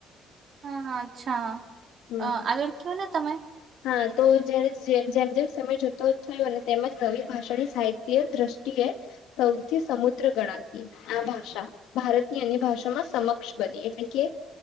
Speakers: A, on the right; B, on the left.
A: હા, હા અચ્છા.
B: હમ
A: અ આગળ કીધેલું ને તમે
B: હા તો, જ્યારે જેમ જેમ જેમ સમય જતો થયો ને તેમજ નવી ભાષાની સાહિત્ય દ્રષ્ટિએ સૌથી સમુદ્ર ગણાતી આ ભાષા. ભારતની અન્ય ભાષામાં સમક્ષ બની એટલે કે